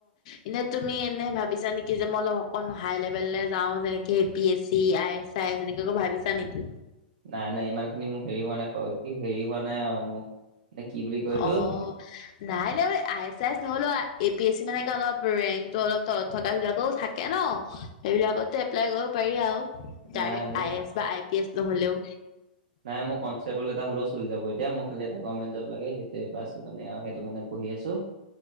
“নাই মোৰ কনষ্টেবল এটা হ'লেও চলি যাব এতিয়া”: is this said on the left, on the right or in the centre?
Right